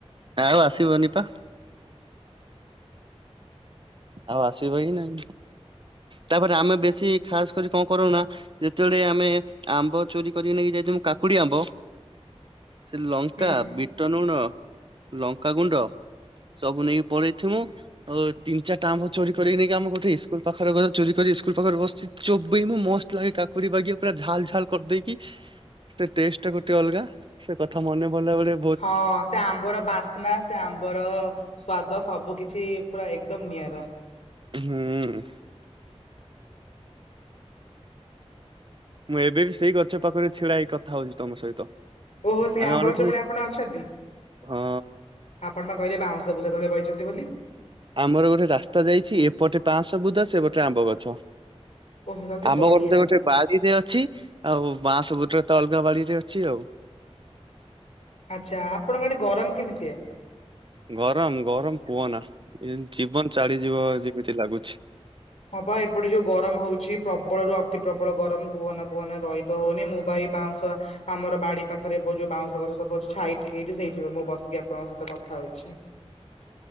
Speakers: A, on the right; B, on the left.
A: ଆଉ ଆସିବନି ପା? ଆଉ ଆସିବ କି ନାଇଁ। ତାପରେ ଆମେ ବେଶୀ ଖାସ କରି କଣ କରୁନା ଯେତେବେଳେ ଆମେ ଆମ୍ବ ଚୋରି କରିକି ନେଇକି ଯାଇଛୁ କାକୁଡି, ଆମ୍ବ ସେ ଲଙ୍କା
B: ହୁଁ
A: ବି ବିଟଲୁଣ, ଲଙ୍କାାଗୁଣ୍ଡ ସବୁ ନେଇକି ପଳେଇଥିବୁ ଆଉ ତିନି ଚାର ତା ମୁ ଚୋରି କରିକ ନେଇକି ଆମ ଗୋଟେ ଇସ୍କୁଲ ପାଖରେ କଥା ଚୋରି କରି ସ୍କୁଲ ପାଖରେ ବସିଛି ଚୋବି ମୁଁ ମ ଲାଗେ କାକୁଡି ବାଗିଆ ପୁରା ଝାଲ ଝାଲ କରିଦେଇକି ତା ଟେଷ୍ଟ ଟା ଗୋଟେ ଅଲଗା, ସେ କଥା ମନେ ଭଲା ଭେ
B: ହଁ ସେ ଆମ୍ବର ବାସ ନା ସେ ଆମ୍ବର ସ୍ଵାଦ ସବୁ କିଛି ପୁରା ଏକଦମ ନିଆରା।
A: ହୁଁ। ମୁଁ ଏବେ ବି ସେଇ ଗଛ ପାଖରେ ଛିଡା ହେଇ କଥା ହଉଛି ତମ ସହିତ।
B: ଓହୋ ସେଇ
A: ଆମେ
B: ଆମ୍ବ
A: ଅନଉଥିଲୁ
B: ଗଛ ମୂଳେ ଆପଣ ଅଛନ୍ତି?
A: ହଁ
B: ଆପଣ ବା କହିଲେ ବାଉଁଶ ବୁଦା ତଳେ ବଇଛନ୍ତି ବୋଲି?
A: ଆମର ଗୋଟେ ରାସ୍ତା ଯାଇଛି, ଏପଟେ ବାଂଶ ବୁଦା ଏପଟେ ଆମ୍ବ ଗଛ।
B: ଓହୋ ତାହେଲେ ତ
A: ଆମ
B: ବଢିଆ
A: ଘରରେ ଗୋଟେ ବାଡିରେ ଅଛି, ଆଉ ବାଂସ ବୁଦା ତ ଅଲଗା ବାଡିରେ ଅଛି ଆଉ।
B: ଆଚ୍ଛା ଆପଣଙ୍କ ଆଡେ ଗରମ କେମିତି ହୁଏ?
A: ଗରମ ଗରମ କୁହ ନା ଜୀବନ ଚାଡିଯିବ ଯେମିତି ଲାଗୁଛି।
B: ହଁ ବା ଏପଟେ ଯୋଉ ଗରମ ହଉଛି ପ୍ରବଳରୁୁ ଅତି ପ୍ରବଳ ଗରମ କୁହନା କୁହନା ରହିତ ହଉନି ମୁଁ ବା ଏଇ ବାଉଁଶ ଆମର ବାଡି ପାଖରେ ଯୋଉ ବାଉଁଶ ଘଛ ସବୁ ଅଛି ଛାଇ ଟିକେ ସେଇଠି ମୁଁ ବସିକି ଆପଣଙ୍କ ସହିତ କଥା ହଉଛି।